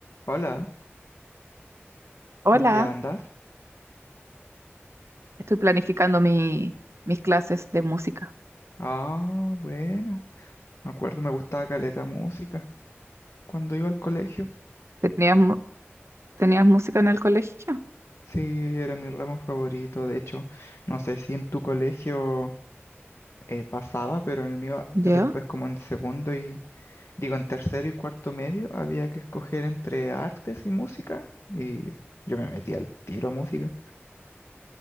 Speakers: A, on the left; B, on the right.
A: Hola,
B: Hola,
A: ¿en qué andas?
B: estoy planificando mi, mis clases de música.
A: Ah, buena. Me acuerdo, me gustaba caleta música cuando iba al colegio.
B: ¿Tenías, mu- tenías música en el colegio?
A: Sí, era mi ramo favorito. De hecho, no sé si en tu colegio eh, pasaba, pero en el mío eh,
B: ¿Ya?
A: después como en segundo y digo en tercero y cuarto medio había que escoger entre artes y música y yo me metí al tiro a música,